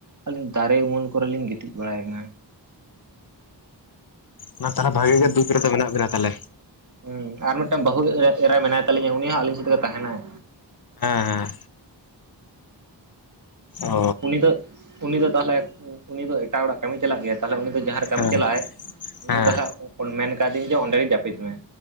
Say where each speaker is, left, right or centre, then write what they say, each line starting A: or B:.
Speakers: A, on the right; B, on the left.
A: ᱟᱹᱞᱤᱧ ᱫᱟᱨᱮ ᱩᱢᱩᱞ ᱠᱚᱨᱮ ᱞᱤᱧ ᱜᱤᱛᱤᱡ ᱵᱟᱲᱟᱭ ᱠᱟᱱᱟ᱾
B: ᱚᱱᱟ ᱛᱟᱦᱚᱞᱮ ᱵᱷᱟᱜᱤ ᱜᱮ ᱫᱩᱠ ᱨᱮᱫᱚ ᱢᱮᱱᱟᱜ ᱵᱤᱱᱟ ᱛᱟᱦᱚᱞᱮ?
A: ᱦᱮᱸ ᱟᱨ ᱢᱤᱫᱴᱟᱝ ᱵᱟᱹᱦᱩ ᱮᱨᱟᱭ ᱢᱮᱱᱟᱭ ᱛᱟᱞᱤᱧᱟ ᱩᱱᱤ ᱦᱚᱸ ᱟᱞᱤᱧ ᱥᱮᱫ ᱜᱮ ᱛᱟᱦᱮᱱᱟᱭ᱾
B: ᱦᱮᱸ ᱦᱮᱸ ᱚ
A: ᱩᱱᱤ ᱫᱚ ᱩᱱᱤ ᱫᱚ ᱛᱟᱦᱚᱞᱮ ᱩᱱᱤ ᱫᱚ ᱮᱴᱟᱜ ᱦᱚᱲᱟᱜ ᱠᱟᱹᱢᱤ ᱪᱟᱞᱟᱜ ᱜᱮᱭᱟ? ᱛᱟᱦᱚᱞᱮ ᱩᱱᱤ ᱫᱚ ᱡᱟᱦᱟᱸᱨᱮ ᱠᱟᱹᱢᱤᱭ
B: ᱦᱮᱸ
A: ᱪᱟᱞᱟᱜᱟᱭ ᱩᱱᱤ
B: ᱦᱮᱸ
A: ᱛᱟᱦᱚᱞᱮ ᱢᱮᱱ ᱠᱟᱫᱮ ᱤᱧ ᱡᱮ ᱚᱸᱰᱮ ᱜᱮ ᱡᱟᱹᱯᱤᱫ ᱢᱮ᱾